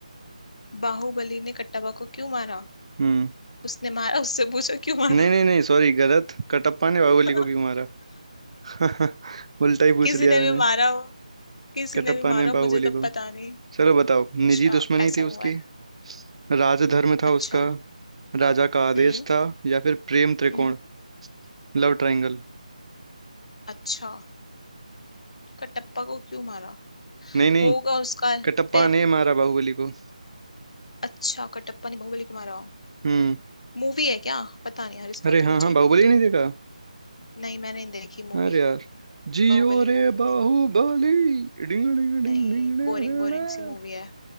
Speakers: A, on the left; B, on the right.
A: बाहुबली ने कट्टाबा को क्यों मारा
B: हम्म,
A: उसने मारा उससे पूछो क्यों मारा
B: नहीं नहीं नहीं सॉरी गलत कटप्पा ने बाहुबली
A: <laughs>
B: को क्यों मारा <laughs> उल्टा ही पूछ
A: किसी
B: लिया
A: ने
B: मैंने
A: भी मारा हो किसी
B: कटप्पा
A: ने भी
B: ने
A: मारा हो,
B: बाहुबली
A: मुझे तब
B: को
A: पता नहीं
B: चलो बताओ
A: अच्छा
B: निजी दुश्मनी
A: ऐसा
B: थी उसकी
A: हुआ है
B: राजधर्म था
A: अच्छा
B: उसका राजा का आदेश
A: हम्म
B: था या फिर प्रेम त्रिकोण
A: हम्म
B: लव ट्रायंगल
A: अच्छा कटप्पा को क्यों मारा
B: नहीं नहीं
A: होगा उसका
B: कटप्पा
A: फिर
B: ने मारा बाहुबली को
A: अच्छा कटप्पा ने बाहुबली को मारा हो।
B: हम्म
A: मूवी है क्या पता नहीं यार इसका
B: अरे
A: तो
B: हाँ
A: मुझे
B: हाँ बाहुबली
A: तो
B: नहीं देखा
A: नहीं मैंने नहीं देखी मूवी
B: अरे यार जियो
A: बाहुबली
B: रे
A: मूवी
B: बाहुबली
A: नहीं
B: डिंग डिंग डिंग
A: नहीं
B: डिंग डिंग,
A: बोरिंग बोरिंग
B: डिंग।
A: सी मूवी है